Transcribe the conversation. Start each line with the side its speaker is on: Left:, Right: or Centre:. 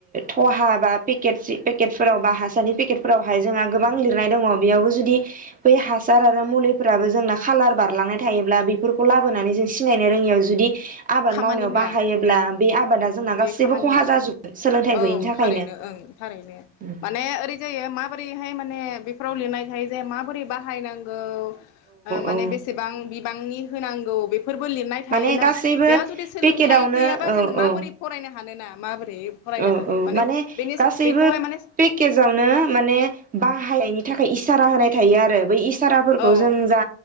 Right: थहा बा पेकेटस पेकेटफोराव बा हासारनि पेकेटफोरावहाय जोंहा गोबां लिरनाय दङ बेयावबो जो जुदि बे हासार आरो मुलिफोराबो जोंना खालार बारलांनाय थायोब्ला बेफोरखौ लाबोनानै जों सिनायनो रोङैयाव जुदि आबाद
Left: खामानि
Right: मावनायाव
Left: होआ
Right: बाहायोब्ला बे आबादा जोंना
Left: बे
Right: गासैबो
Left: खामानि
Right: खहा
Left: होआ
Right: जाजोबोन सोलोंथाइ
Left: औ
Right: गैयिनि थाखायनो
Left: थारैनो ओं थारैनो
Right: औ
Left: माने ओरै जायो माबोरैहाय माने ने बेफोराव लिरनायथायो जे माबोरै बाहायनांगौ ओ माने
Right: औ
Left: बेसेबां बिब बिबांनि होनांगौ बे फोरबो लिरनाय थायोना
Right: माने गासैबो
Left: बेयाव जुदि सोलोंथाइ
Right: पेकेटावनो
Left: गैयाबा
Right: औ
Left: जोङो माबोरै
Right: औ
Left: फरायनो हानो ना? माबोरै? फरायनो
Right: औ
Left: हानो
Right: औ माने
Left: बेनि
Right: गासैबो
Left: बेखौहाय माने
Right: पेकेजावनो माने बाहायनायनि। थाखाय इसारा होनाय थायो आरो बै इस साराफोरखौ
Left: औ
Right: जों जा।